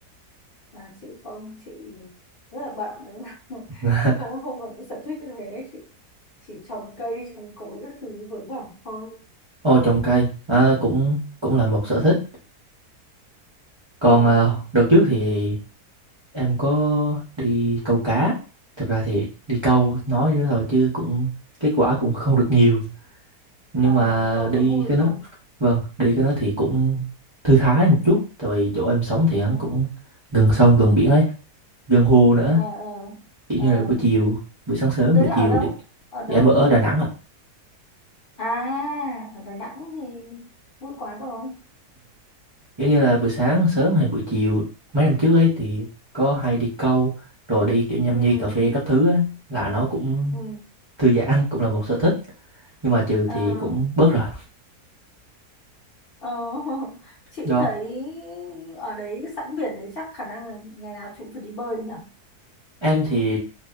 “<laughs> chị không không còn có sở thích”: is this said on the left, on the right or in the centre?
Left